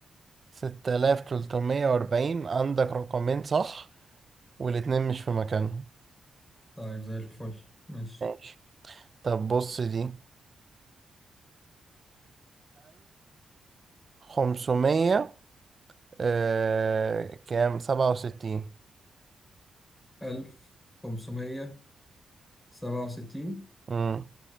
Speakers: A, on the right; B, on the left.
A: 6340 عندك رقمين صح والاتنين مش في مكانهم
B: طيب زي الفل ماشي
A: ماشي طب بص دي 1500 آه كام سبعة وستين
B: ألف خمسمية سبعة وستين
A: مم.